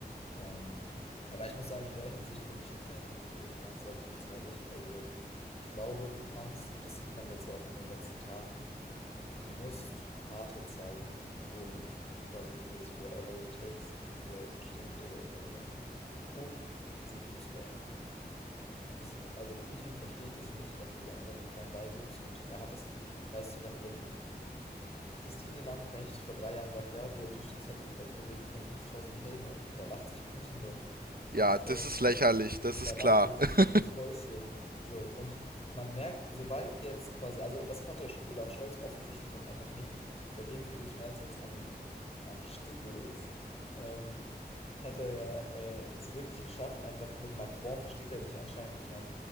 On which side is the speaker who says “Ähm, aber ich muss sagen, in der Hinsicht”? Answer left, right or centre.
Left